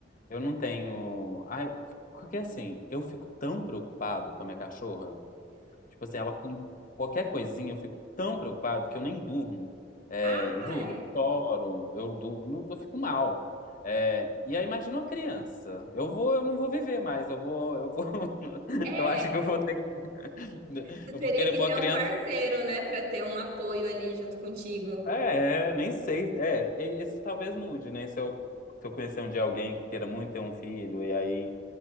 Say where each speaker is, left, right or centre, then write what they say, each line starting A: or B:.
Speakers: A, on the left; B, on the right.
A: eu não tenho. Ai, porque assim, eu fico tão preocupado com a minha cachorra. Tipo assim, ela com qualquer coisinha eu fico tão preocupado que eu nem durmo. É,
B: Ai,
A: juro, eu choro, eu durmo, eu fico mal. É, e aí imagina uma criança. Eu vou, eu não vou viver mais, eu vou, eu vou, <laughs>
B: é,
A: eu acho que eu vou ter, que- <laughs>
B: tu teria
A: eu vou querer
B: que
A: pôr
B: ter
A: a criança.
B: um parceiro, né, Pra ter um apoio ali junto contigo.
A: É, é, nem sei. É, é, isso talvez mude, né? Se eu, se eu conhecer um dia alguém que queira muito ter um filho e aí